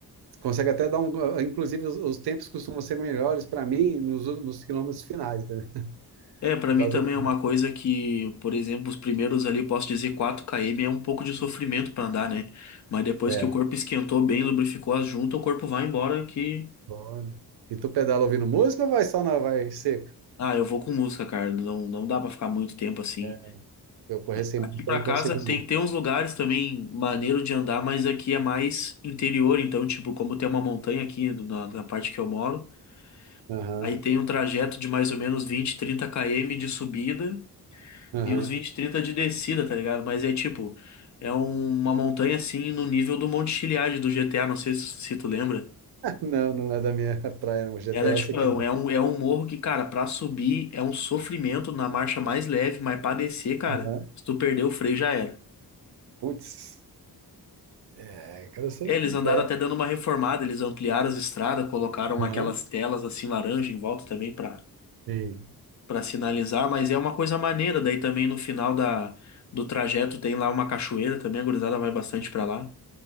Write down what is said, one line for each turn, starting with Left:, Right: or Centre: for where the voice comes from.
Right: consegue até dar um. Inclusive, os, os tempos costumam ser melhores para mim nos, u- nos quilômetros finais, né?
Left: É, pra
Right: Por
Left: mim
Right: causa
Left: também
Right: disso.
Left: é uma coisa que, por exemplo, os primeiros ali, posso dizer quatro km, é um pouco de sofrimento pra andar, né? Mas depois
Right: É.
Left: que o corpo esquentou bem, lubrificou as juntas, o corpo vai embora que.
Right: foda. E tu pedala ouvindo música ou vai só na vai seco?
Left: Ah, eu vou com música, cara. Não, não dá pra ficar muito tempo assim.
Right: É. Se eu correr sem
Left: Aqui
Right: música,
Left: pra
Right: eu não
Left: casa
Right: consigo,
Left: tem,
Right: não.
Left: tem uns lugares também maneiro de andar, mas aqui é mais interior, então, tipo, como tem uma montanha aqui na, na parte que eu moro,
Right: Aham,
Left: aí tem um trajeto de mais ou menos vinte trinta km de subida
Right: aham.
Left: e uns vinte trinta de descida, tá ligado? Mas é tipo, é um- uma montanha assim no nível do Monte Chiliade do GTA, não sei se, se tu lembra.
Right: Não, não é da minha <laughs> praia, não. O GTA
Left: Era tipo,
Right: eu sei que é.
Left: é um, é um morro que, cara, pra subir é um sofrimento na marcha mais leve, mas pra descer, cara,
Right: Aham.
Left: se tu perder o freio já era.
Right: Putz, é, cara, eu sei
Left: É, Eles
Right: que
Left: andaram
Right: é.
Left: até dando uma reformada, eles ampliaram as estradas, colocaram
Right: Aham,
Left: aquelas telas assim laranja em volta também para
Right: sim.
Left: para sinalizar, mas é uma coisa maneira. Daí também no final da, do trajeto tem lá uma cachoeira também, a gurizada vai bastante para lá.